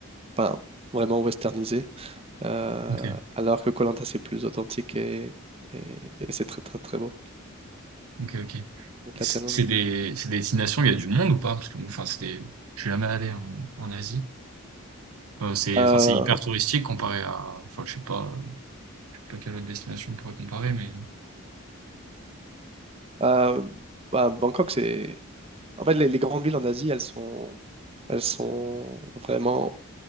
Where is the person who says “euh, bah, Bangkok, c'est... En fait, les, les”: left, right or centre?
Right